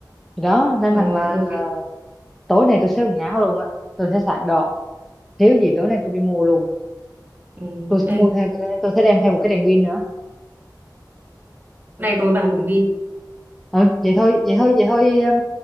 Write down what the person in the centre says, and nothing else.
Thì đó nên
rằng là
tối nay tôi sẽ quần áo luôn á tôi sẽ soạn đồ thiếu gì tối nay tôi đi mua luôn
tôi sẽ
mua thêm tôi, tôi sẽ đem theo một cái đèn pin nữa
ừ vậy thôi vậy thôi vậy thôi em,